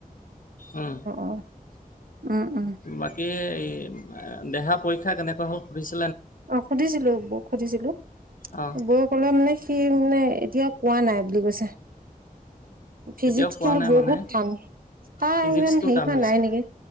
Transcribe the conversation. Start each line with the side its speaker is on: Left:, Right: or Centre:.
Left: উম,
Right: অ' উম উম
Left: বাকী এই দেহা পৰীক্ষা কেনেকুৱা হ'ল সুধিছে
Right: অ, সুধিছিলো, বৌক, সুধিছিলো
Left: অঁ,
Right: বৌ কলে মানে সি, মানে এতিয়াও কোৱা নাই, বুলি কৈছে। ফিজিক্স
Left: এতিয়াও কোৱা
Right: কিন্তু
Left: নাই
Right: বহুত
Left: মানে
Right: টান, তাই
Left: ফিজিক্সটো
Right: ইমান, হেৰি
Left: টান
Right: হোৱা
Left: হৈছে।
Right: নাই নেকি।